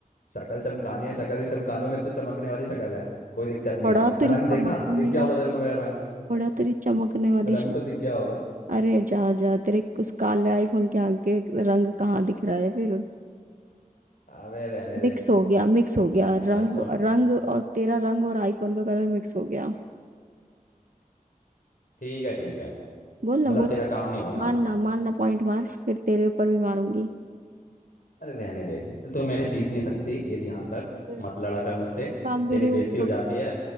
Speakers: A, on the left; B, on the right.
A: शक्ल चमकानी है शक्ल भी चमका लो मेरी तो चमकने वाली शक्ल है कोई दिक्कत नहीं
B: बड़ा
A: है
B: तेरी
A: रंग
B: चमकने
A: देखा दिख गया
B: वाली
A: होगा तेरे को मेरा रंग
B: बड़ा तेरी चमकने
A: <laughs>
B: वाली
A: रंग तो दिख गया होगा
B: अरे जा जा तेरे उस काले आईफोन के आगे रंग कहाँ दिख रहा है फिर
A: अबे रहने दे
B: मिक्स हो गया मिक्स हो गया रंग
A: आईफोन
B: रंग और तेरा रंग और आईफोन का कलर मिक्स हो गया
A: ठीक है ठीक है
B: बोल ना
A: मतलब
B: बोल
A: तेरा काम नहीं हुआ ना
B: मारना मारना पॉइंट मार फिर तेरे ऊपर भी मारूंगी
A: अरे रहने दे तू मेरे जीत नहीं सकती ये ध्यान रख
B: फिर
A: मत लड़ा कर मुझसे
B: वो काम भी
A: तेरी
B: नहीं हुआ
A: बेइज्जती हो जाती है